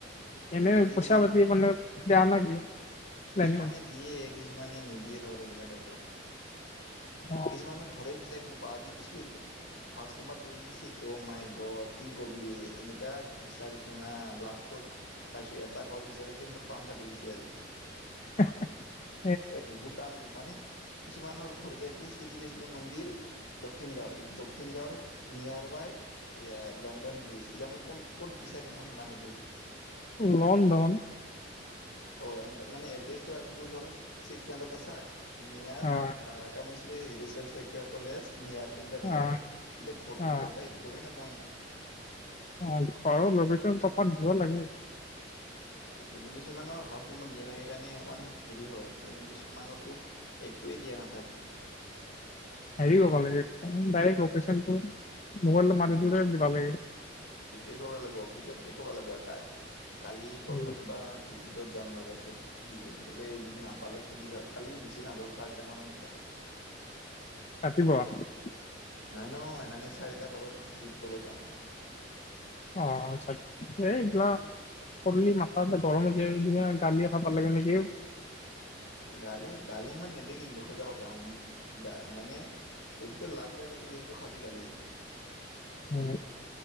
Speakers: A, on the left (about 35°); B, on the left (about 75°).
A: এনেই
B: কিছুমানে
A: প‌ইচা পাতি মানে দিয়া না কি? <unintelligible>
B: কিছুমানে
A: দেন
B: দিয়ে, কিছুমানে নিদিয়ে ধৰ এনকা টাইপৰ। <unintelligible>
A: অ
B: কিছুমানৰ ঘৰে বিচাৰি নাপাওঁ আজি গৈছোঁ <unintelligible> house number twenty six oh' my god কি কবি এনেকা বিচাৰিছোঁ নাই লাষ্ট <unintelligible> লাষ্টতত পাইছোঁ। এটা ঘৰ বিচাৰোতে মোৰ পাম ফাটি গৈছে আজি। <unintelligible>
A: <unintelligible>
B: এ বহুত টানতো, মানে কিছুমানৰ ঘৰ দিয়া কি শ্ৰীকৃষ্ণ মন্দিৰ <unintelligible> দক্ষিণ গাঁও এইটো <unintelligible> দক্ষিণ গাঁৱৰ নিয়াৰ বাইয়ৰ লণ্ডন ব্ৰিজ। এতিয়া মই কোন ক'ত বিচাৰিম মই সেই মানুহটোক? <unintelligible>
A: লণ্ডন? <unintelligible>
B: অ এনকে মানে এড্ৰেছটো আৰু তোৰ ধৰ চিক্স <unintelligible> আছা নিয়াৰ
A: অ
B: আহ কামেশ্বৰী হিৰেশ্বৰ শইকীয়া কলেজ নিয়াৰ এনেকুৱা
A: অ
B: দিয়া আছে। এতিয়া ঘৰটো
A: অ
B: ক'ত বা এইটো গমেই নাপাম।
A: অ ঘৰৰ লোকেচন <unintelligible> দিব লাগে
B: এইটোৱেটো কিছুমানৰ হাউচ নম্বৰ দিয়া থাকে কাৰণে ওৱান হেৰি হয় কিন্তু কিছুমানৰতো একোৱেই দিয়া নাথাকে।
A: হেৰি কৰিব লাগে ডাইৰেক্ট লেকেচনটো ম'বাইলত মাৰি দিওতে দিবা লাগে।
B: সেইটোৱে কৰবা লাগব অফিচতে ক'বা লাগিব আৰু তাই কালি ক'ত
A: উম
B: ক'ত বা ভিজিটত যাম ৰ পাছত ভিজত গেলে যদি নাপালে সুধি যাওঁ কালি বেছি নাযাওঁ চাৰিটামানতে যাম।
A: <unintelligible>
B: নাই নয় মানে চাৰিটা ঘৰত ভিজিট কৰিব যাম।
A: অ আচ্ছা <unintelligible> কৰলি মাথা চাথা গৰম হৈ যায় দুনিয়া গালিয়ে খাব লাগে নেকি
B: গালি গালি ইমান নেদে কিন্তু সঁচা কথা উম গা মানে তোৰতো লাগ বেয়া থাকিলে তো খাবি গালি।
A: হয়